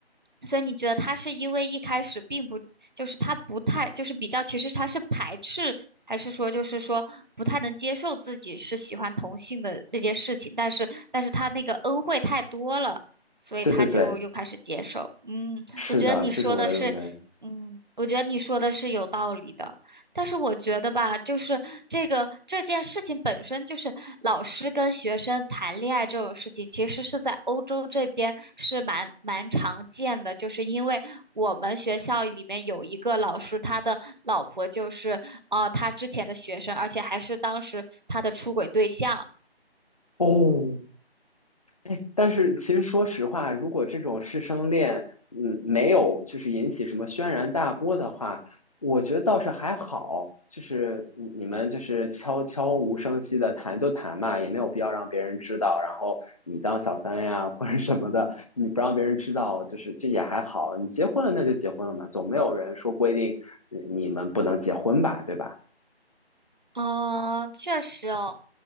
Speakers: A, on the right; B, on the left.
A: 所以你觉得他是因为一开始并不，就是他不太，就是比较，其实他是排斥，还是说就是说不太能接受自己是喜欢同性的这件事情，但是但是他那个恩惠太多了，所以他就又开始接受。
B: 对对对，
A: 嗯，
B: 是的，
A: 我觉得你说的是，
B: 这是我的认为。
A: 嗯，我觉得你说的是有道理的。但是我觉得吧，就是这个这件事情本身就是老师跟学生谈恋爱这种事情，其实是在欧洲这边是蛮蛮常见的。就是因为我们学校里面有一个老师，他的老婆就是呃他之前的学生，而且还是当时他的出轨对象。
B: 哦，哎但是其实说实话，如果这种师生恋，嗯，没有就是引起什么轩然大波的话，我觉得倒是还好。就是你你们就是悄悄无声息的谈就谈嘛，也没有必要让别人知道。然后你当小三呀或者什么的，你不让别人知道，就是这也还好。你结婚了那就结婚了嘛，总没有人说规定呃你们不能结婚吧，对吧？
A: 嗯，确实哦，